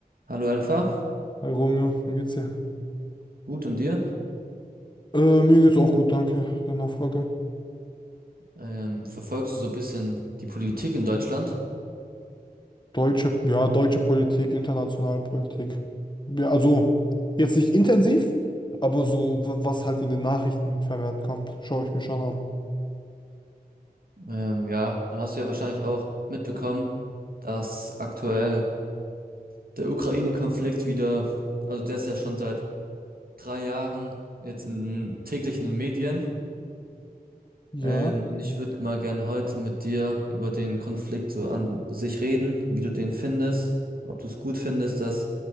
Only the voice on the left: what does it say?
Hi Romeo, wie geht's dir?
Äh, mir geht's auch gut, danke. Der Nachfrage.
Deutsche, ja, deutsche Politik, internationale Politik. Ja, also jetzt nicht intensiv, aber so, wa- was halt in den Nachrichten vermehrt kommt, schaue ich mir schon an.
Ja.